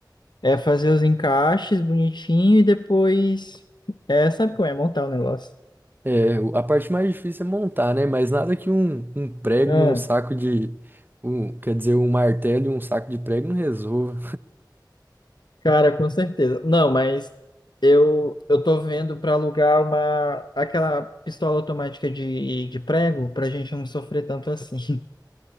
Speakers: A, on the left; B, on the right.
A: É fazer os encaixes bonitinho e depois. É, sabe como é montar o negócio?
B: É, o- a parte mais difícil é montar, né? Mas nada que um, um prego
A: Ah,
B: e um saco de. um- quer dizer, um martelo e um saco de prego não resolva.
A: cara, com certeza. Não, mas eu eu tô vendo pra alugar uma aquela pistola automática de, de prego pra gente não sofrer tanto assim. <laughs>